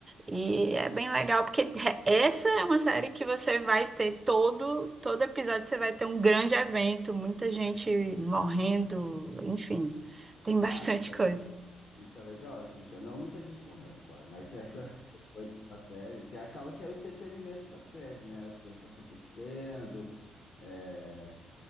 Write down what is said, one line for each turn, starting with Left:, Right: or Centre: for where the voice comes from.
Right: E é bem legal, porque re- essa é uma série que você vai ter todo, todo episódio, você vai ter um grande evento, muita gente morrendo, enfim, tem bastante
Left: Ah, essa.
Right: coisa.
Left: Isso é legal, isso me chama. Não muita gente morrendo, claro, mas essa- <laughs> essas coisas da série, que acaba que é o entretenimento da série, né? As coisas acontecendo, é,